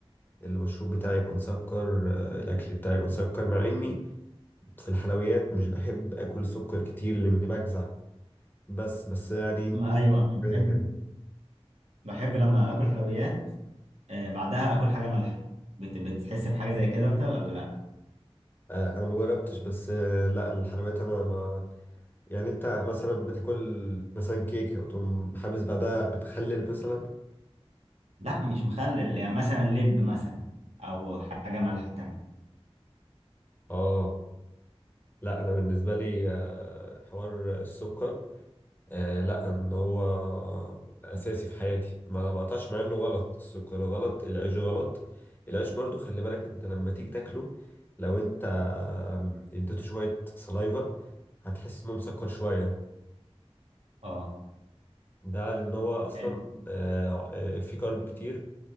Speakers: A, on the left; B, on the right.
A: المشروب بتاعي يبقى مسكر آه، الأكل بتاعي يبقى مسكر مع إني في الحلويات مش بحب اكل سكر كتير لان بجزع بس بس يعني
B: ما أيوه أنا
A: كده
B: بحب
A: كده
B: بحب لما آكل حلويات آه، بعدها آكل حاجة مالحة بت- بتحس بحاجة زي كده أنت ولا لأ؟
A: آه، انا ما جربتش بس آه، لا الحلويات انا ما يعني انت مثلا بتاكل مثلا كيكه وتقوم حابس بعدها بمخلل مثلا
B: لأ مش مخلل يعني مثلا لب مثلا أو حاجة مالحة تانية
A: اه لا انا بالنسبه لي آه، حوار السكر آه، لا ان هو اساسي في حياتي ما بقطعش مع انه غلط السكر غلط العيش غلط العيش برضو خلي بالك انت لما تيجي تاكله لو انت آم، اديته شويه سلايفا هتحس انه مسكر شويه
B: اه
A: ده لأن هو أصلا
B: آه،
A: آه، آه، فيه كارب كتير